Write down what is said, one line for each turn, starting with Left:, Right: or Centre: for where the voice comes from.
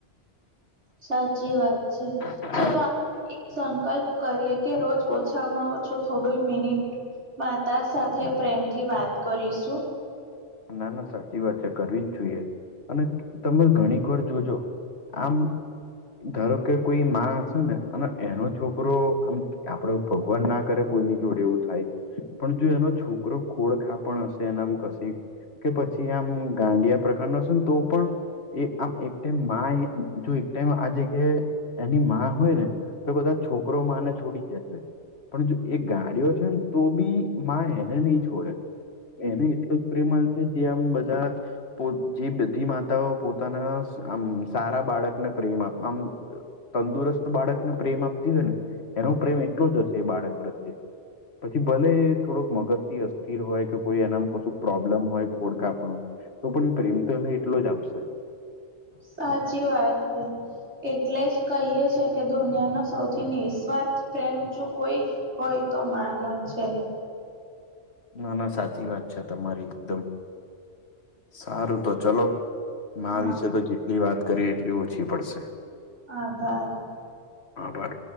Right: સાચી વાત છે.
Left: જાય.
Right: ચલો આપણે એક સંકલ્પ કરીએ કે રોજ ઓછામાં ઓછું થોડું મિનિટ માતા સાથે પ્રેમથી વાત કરીશું.
Left: ના ના સાચી વાત છે કરવી જ જોઈએ અને તમે ઘણીક વાર જોજો. આમ ધારો કે કોઈ માં હશે ને અને એનો છોકરો આમ આપડે ભગવાન ના કરે કોઈની જોડે એવું થાય પણ જો એનો છોકરો ખોળખાપણ હશે એનામ કશી કે પછી આમ ગાંડિયા પ્રકારનો હશેને તો પણ એ આમ એક ટાઈમમાં એ જો એક ટાઈમ આ એની જગ્યા એની માં હોય ને તો કદાચ છોકરો માં ને છોડી જશે. પણ જો એ ગાડયો છે ને, તો બી માં એને નઈ છોળે, એને એટલો. પ્રેમલ છે, જે આમ બધાં પણ જે બધી માતાઓ પોતાના, સ આમ સારા બાળકને પ્રેમ આપે, આમ અ તંદુરસ્ત બાળકને પ્રેમ આપતી હોય ને, એનો પ્રેમ એટલો જ હશે એ બાળક પ્રત્યે. પછી ભલે એ થોળોક મગજ થી અસ્થિર હોય કે કોઈ એનામ કશુંક પ્રોબ્લેમ હોય, ખોડખાંપણ, તો પણ પ્રેમ તો એને એટલો જ આપશે.
Right: સાચી વાત એ. એટલે જ કંઈક છે કે, દુનયાનો સૌથી નિસ્વાર્થ પ્રેમ, જો કોઈ જ હોય તો માં નો જ છે.
Left: ના, ના, સાચી વાત છે તમારી, એકદમ. સારું, તો ચલો, માં
Right: હા
Left: વિશે તો જેટલી વાત કરી, એટલી ઓછી પડશે.
Right: આભાર.
Left: આભાર.